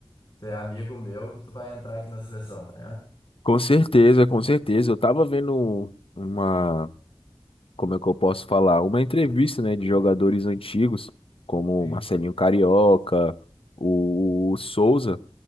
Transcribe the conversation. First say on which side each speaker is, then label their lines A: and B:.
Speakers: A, on the left; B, on the left.
A: tu é amigo meu que tu vai entrar aqui na seleção, tá ligado?
B: Com certeza, com certeza. Eu tava vendo uma, como é que eu posso falar? Uma entrevista, né, de jogadores antigos, como
A: Sim,
B: o Marcelinho Carioca, o Souza,